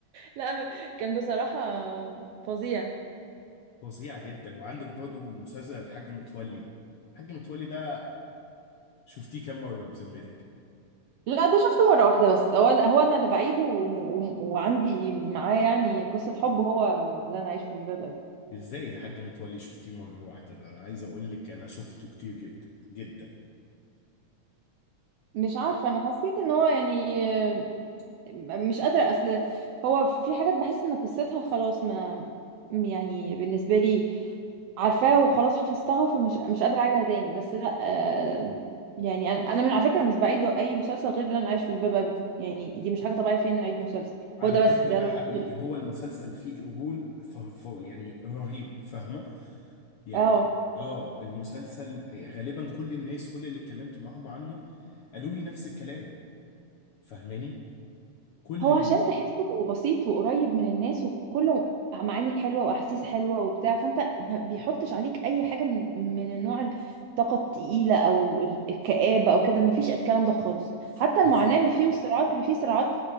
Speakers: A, on the right; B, on the left.
A: لا كان بصراحه فظيع
B: فظيع جدا وعندك برضه مسلسل الحاج متولي الحاج متولي ده شفتيه كام مرة بذمتك
A: لا ده شفته مرة واحدة بس هو أنا هو أنا اللي بعيده وم- وم- وعندي معاه يعني قصة حب هو اللي أنا عايش في جلباب أبي
B: ازاي الحاج متولي شفتيه مرة واحدة ده انا عايز اقول لك انا شفته كتير جدا جدا
A: مش عارفة أنا حسيت إن هو يعني آه، م- مش قادرة أصل هو في حاجات بحس إن قصتها خلاص ما م- يعني بالنسبة لي عارفاه وخلاص حفظتها فمش مش قادرة أعيدها تاني بس لا آه يعني أنا أنا من على فكرة مش بعيد أي مسلسل غير اللي أنا عايش في الباب أبي يعني دي مش حاجة طبيعية فين أعيد مسلسل
B: على
A: هو ده
B: فكرة
A: بس ده
B: ده
A: الوحيد
B: حقيقي
A: اللي-
B: هو المسلسل فيه قبول ف... ف... يعني رهيب فاهمة
A: <laughs>
B: يعني
A: اه
B: اه المسلسل غالبا كل الناس كل اللي اتكلمت معاهم عنه قالوا لي نفس الكلام فاهماني كل
A: هو
B: اللي
A: عشان تحسه بسيط وقريب من الناس وكله معاني حلوة وأحاسيس حلوة وبتاع فأنت ما بيحطش عليك أي حاجة من من النوع الطاقة التقيلة أو ال- الكآبة أو كده مفيش الكلام ده خالص حتى المعاناة
B: بالظبط
A: اللي فيه والصراعات اللي فيه صراعات